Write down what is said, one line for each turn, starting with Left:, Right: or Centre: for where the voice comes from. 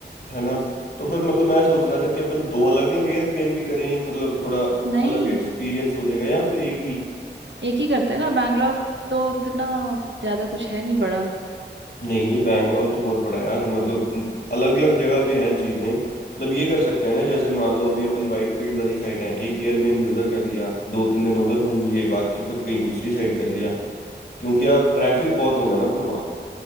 Left: है ना तो फिर मतलब मैं सोच रहा था कि अपन दो अलग अलग एयरबीएनबी करें मतलब थोड़ा
Right: नहीं
Left: अलग एक्सपीरियंस हो जाएगा या फिर एक ही
Right: एक ही करते हैं ना बैंगलोर तो उतना ज्यादा कुछ है नहीं बड़ा
Left: नहीं नहीं बैंगलोर तो बहुत बड़ा है यार मतलब अलग अलग जगह पे हैं चीजें मतलब ये कर सकते हैं ना जैसे मान लो अभी अपन वाइट फील्ड वाली साइड है एक एयरबीएनबी उधर कर लिया दो तीन दिन उधर घूम लिए बाकी फिर कहीं दूसरी साइड कर लिया क्योंकि यार ट्रैफिक बहुत होगा ना फिर वहाँ